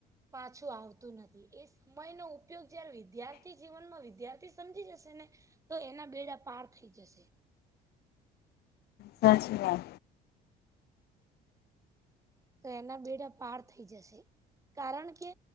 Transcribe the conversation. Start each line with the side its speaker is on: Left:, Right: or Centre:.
Right: પાછું આવતું નથી એ મયનો ઉપયોગ જયારે વિદ્યાર્થી જીવનમાં વિદ્યાર્થી સમજી જશે ને તો એના બેડા પાર થઈ જશે
Left: સાત શ્રી વા
Right: તો એના બેડા પાર થઈ જશે કારણ કે